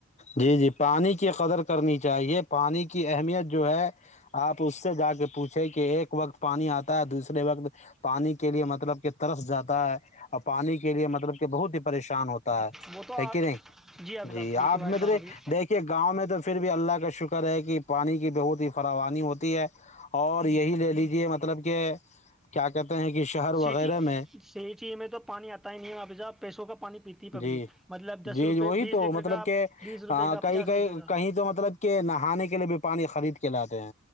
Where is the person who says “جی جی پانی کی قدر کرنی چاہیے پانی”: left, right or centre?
Left